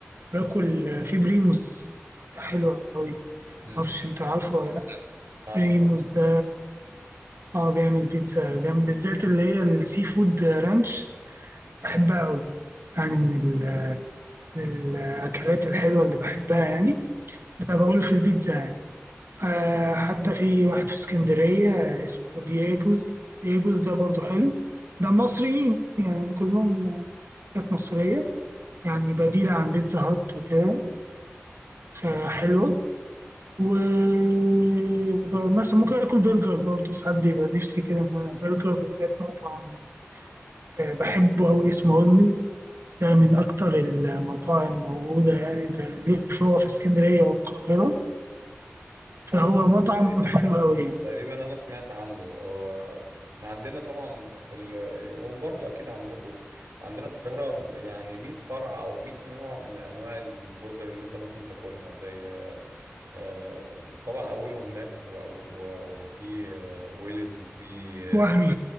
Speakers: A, on the right; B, on the right.
A: باكل آه، في بريموس حلو أوي
B: امم
A: معرفش أنت عارفه ولا لأ
B: عارفه
A: بريموس
B: بقى
A: ده اه بيعمل بيتزا جنب بالذات اللي هي السي فود رانش بحبها أوي يعني من ال من الأكلات الحلوة اللي بحبها يعني ده بقول في البيتزا يعني آه حتى في واحد في اسكندرية اسمه دييجوز دييجوز ده برضو حلو ده مصريين يعني كلهم حاجات مصرية يعني بديلة عن بيتزا هات وكده فحلوة ومثلا ممكن آكل برجر برضو ساعات بيبقى نفسي كده إن أنا برجر بالذات مطعم آه، بحبه أوي اسمه هولمز ده من أكتر المطاعم موجودة يعني ده ليه فروع في اسكندرية والقاهرة
B: حلو
A: فهو مطعم
B: تقريبا
A: حلو أوي يعني
B: تقريبا انا سمعت عنه آه، احنا عندنا طبعا في ال... وبرضه اكيد عندكم عندنا في القاهرة يعني 100 فرع او 100 نوع من انواع البرجر اللي انت ممكن تاكلها زي آه، طبعا اولهم ماك و- و- وفي آه، ويلز وفي
A: وهمي
B: آه،